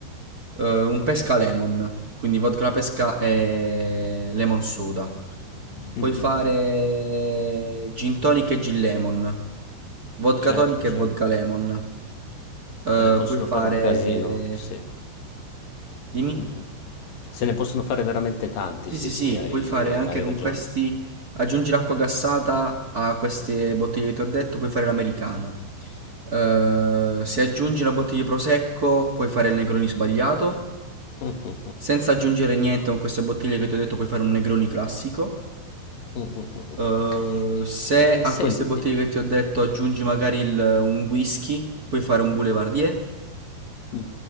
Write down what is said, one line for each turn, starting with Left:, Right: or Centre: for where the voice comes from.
Right: eh, un pesca lemon, quindi vodka alla pesca e lemon soda. Puoi
Left: mh,
Right: fare gin tonic e gin lemon, vodka
Left: certo,
Right: tonic e
Left: certo.
Right: vodka lemon. Eh,
Left: Se ne possono
Right: puoi fare...
Left: fare un casino, sì.
Right: Dimmi?
Left: Mh-mh. Se ne possono fare veramente tanti,
Right: Sì,
Left: sì,
Right: sì,
Left: sì,
Right: sì,
Left: hai
Right: puoi fare anche
Left: hai
Right: con
Left: ragione.
Right: questi... Aggiungi l'acqua gassata a queste bottiglie che ti ho detto, puoi fare l'americano. Eh, se aggiungi una bottiglia di prosecco, puoi fare il Negroni sbagliato.
Left: Mh.
Right: Senza aggiungere niente con queste bottiglie che ti ho detto puoi fare un Negroni classico.
Left: Mm, mm, mm.
Right: Eh,
Left: E-
Right: se
Left: e
Right: a
Left: senti,
Right: queste bottiglie che ti ho detto aggiungi magari il- un whisky, puoi fare un Boulevardier.
Left: mm. mm.